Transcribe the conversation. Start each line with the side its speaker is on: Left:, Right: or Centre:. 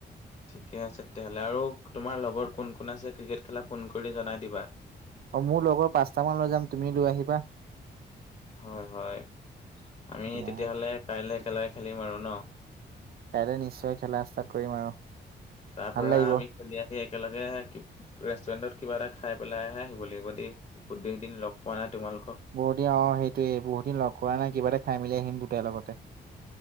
Left: ঠিকে আছে তেতিয়া হ'লে আৰু তোমাৰ লগৰ কোন কোন আছে ক্ৰিকেট খেলা ফোন কৰি জনাই দিবা।
Right: অ মোৰ লগৰ পাঁচটা মান লৈ যাম তুমি লৈ আহিবা।
Left: হয় হয়। আমি
Right: দিয়া
Left: তেতিয়াহলে কাইলে একেলগে খেলিম আৰু ন।
Right: কাইলৈ নিশ্চয় খেলা ষ্টাৰ্ট কৰিম আৰু।
Left: তাৰ পৰা
Right: ভাল লাগিব
Left: আমি খেলি আহি একেলগে ৰেষ্টুৰেণ্টত কিবা এটা খাই পেলাইহে আহিব লাগিব দেই বহুত কেইদিন লগ পোৱা নাই তোমালোকক।
Right: বহুত দিন অ সেইটোৱেই বহু দিন লগ কৰা নাই কিবা এটা খাই মেলি আহিম দুটাই লগতে